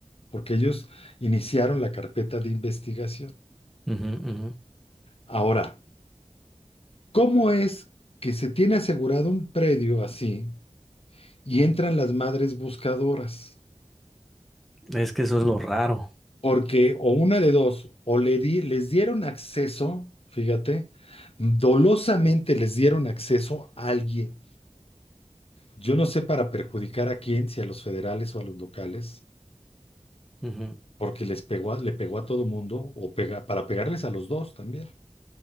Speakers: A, on the left; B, in the centre.
A: porque ellos iniciaron la carpeta de investigación.
B: ujú, ujú.
A: Ahora, ¿cómo es que se tiene asegurado un predio así y entran las madres buscadoras?
B: Es que eso es lo raro.
A: Porque o una de dos, o le di- les dieron acceso, fíjate, dolosamente les dieron acceso a alguien Yo no sé para perjudicar a quién, si a los federales o a los locales,
B: Ujú.
A: porque les pegó a- le pegó a todo mundo, o pega- para pegarles a los dos también.